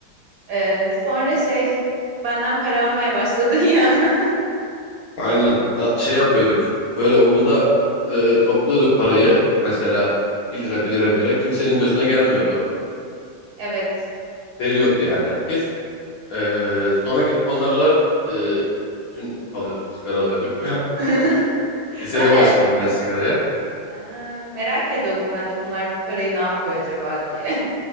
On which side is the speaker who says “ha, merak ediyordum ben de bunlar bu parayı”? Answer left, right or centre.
Right